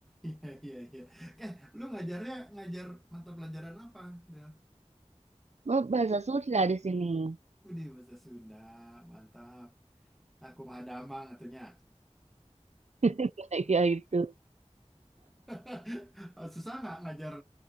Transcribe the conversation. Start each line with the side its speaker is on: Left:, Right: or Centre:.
Centre: Iya, iya, iya. Eh, lu ngajarnya ngajar mata pelajaran apa, Del?
Right: Oh, bahasa Sunda di sini
Centre: Udah bahasa Sunda, mantap. Aku mah damang atunya.
Right: <laughs> kayak gitu.
Centre: <laughs> Eh, Susah nggak ngajar